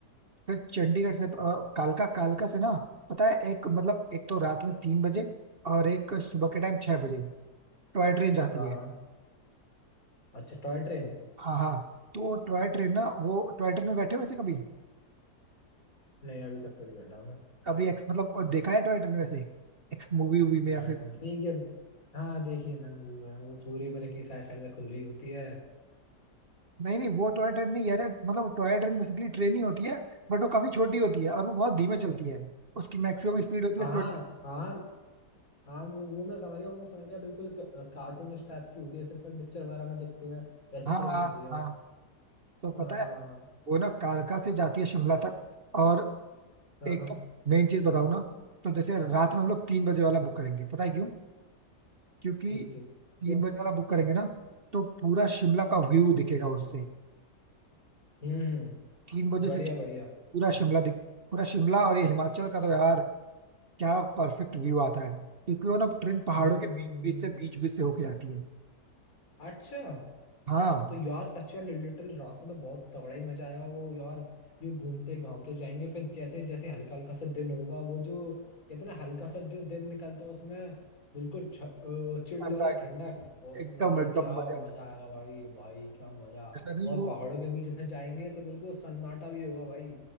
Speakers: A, on the right; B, on the left.
A: फिर चंडीगढ़ से अ, कालका कालका से ना पता है एक मतलब एक तो रात में तीन बजे और एक सुबह के टाइम छह बजे टॉय ट्रेन जाती
B: हाँ हाँ
A: है
B: अच्छा टॉय ट्रेन
A: हाँ हाँ तो वो टॉय ट्रेन ना वो टॉय ट्रेन में बैठे हुए थे कभी
B: नहीं अभी तक तो नहीं बैठा मैं
A: कभी ex- मतलब अ, देखा है टॉय ट्रेन वैसे एक्स मूवी वूवी में या
B: हाँ
A: फिर
B: देखिए हाँ देखिए मैंने मूवी बनाई वो पूरी मतलब की साइड साइड से खुली होती है
A: नहीं नहीं वो टॉय ट्रेन नहीं यार है, मतलब टॉय ट्रेन बेसिकली ट्रेन ही होती है बट वो काफी छोटी होती है और वो बहुत धीमे चलती है उसकी मैक्सिमम स्पीड होती
B: हाँ
A: है ट्वेंटी
B: हाँ हाँ वो वो मैं समझ गया वो मैं समझ गया बिल्कुल क- कार्टूनिस्ट टाइप की होती है जैसे अपन पिक्चर वगैरह में देखते हैं वैसी
A: हाँ
B: ट्रेन
A: हाँ
B: होती है वो।
A: हाँ तो पता
B: हाँ
A: है वो ना कालका से जाती है शिमला तक और
B: हाँ
A: एक
B: हाँ, हाँ,
A: तो मेन चीज बताऊँ ना तो जैसे रात में हम लोग तीन बजे वाला बुक करेंगे पता है क्यों क्योंकि
B: ठीक ठीक
A: तीन
B: क्यों
A: बजे वाला बुक करेंगे ना तो पूरा शिमला का व्यू दिखेगा उससे
B: हम्म हम्म
A: तीन बजे
B: बढ़िया
A: से
B: बढ़िया
A: पूरा शिमला दिख पूरा शिमला और ये हिमाचल का तो यार क्या परफेक्ट व्यू आता है क्योंकि वो ना ट्रेन पहाड़ों
B: हम्म
A: के बीच
B: हम्म हम्म,
A: बीच से बीच बीच से होके आती है
B: अच्छा
A: हाँ
B: तो यार सच में लिटरली रात में तो बहुत तगड़ा ही मजा आएगा वो यार ये घूमते घामते जाएंगे फिर जैसे जैसे हल्का हल्का सा दिन होगा वो जो कहते हैं ना हल्का सा जो दिन निकलता है उसमें बिल्कुल छ- अ, चिल्ड
A: सनराइज
B: वाली ठंडक और उसमें
A: एकदम
B: तो भाई
A: एकदम
B: क्या
A: मजा
B: मजा
A: आ जाएगा
B: आएगा भाई भाई क्या मजा
A: जैसा नहीं
B: और
A: वो
B: पहाड़ों के बीच से जाएंगे तो बिल्कुल सन्नाटा भी होगा भाई